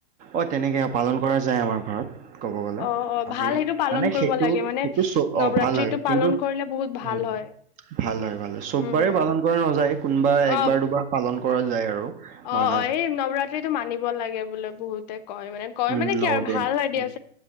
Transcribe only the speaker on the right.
অ' তেনেকে পালন কৰা যায় আমাৰ ঘৰত ক'ব গলে
আমি
মানে
সেইটো
সেইটো চ
অ' ভাল হয় কিন্তু
উম
ভাল হয় ভাল হয় চববাৰে
পালন কৰা নাযায় কোনোবা একবাৰ
দুবাৰ পালন কৰা যায় আৰু
মান
উম
ন
দিন
উম,